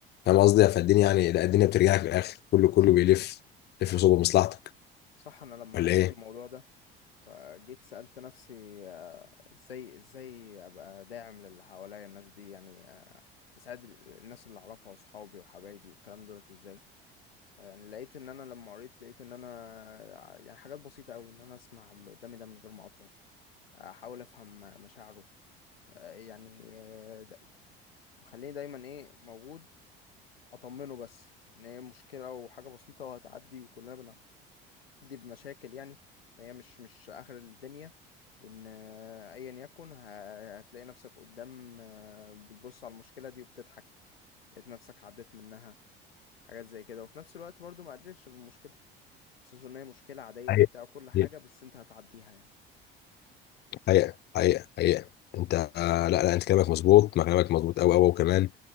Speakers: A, on the left; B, on the left.
A: فاهم قصدي فالدنيا يعني لا الدنيا بترجع لك في الآخر كله كله بيلف لف صوب مصلحتك
B: صح انا لما
A: ولا
B: عرفت
A: ايه؟
B: الموضوع ده فجيت سألت نفسي آه، ازاي ازاي ابقى داعم للي حواليا الناس دي يعني آه، اساعد الناس اللي اعرفها واصحابي وحبايبي والكلام دولت ازاي فيعني لقيت ان انا لما قريت لقيت ان انا يعني حاجات بسيطة قوي ان انا اسمع اللي قدامي ده من غير ما اقاطعه احاول افهم مشاعره آه، يعني آه، د- وخليني دايما ايه موجود اطمنه بس ان هي مشكلة وحاجة بسيطة وهتعدي وكلنا بنعدي بمشاكل يعني فهي مش مش اخر الدنيا وان آه، ايا يكن ه- هتلاقي نفسك قدام آه، بتبص على المشكلة دي وبتضحك لقيت نفسك عديت منها حاجات زي كده وفي نفس الوقت برضو ما قللش من مشكلته حاسس ان هي مشكلة عادية
A: حقيقة
B: وبتاع وكل حاجة
A: حقيقة.
B: بس انت هتعديها يعني
A: حقيقة حقيقة حقيقة انت آه، لا لا انت كلامك مظبوط ما كلامك مظبوط قوي قوي وكمان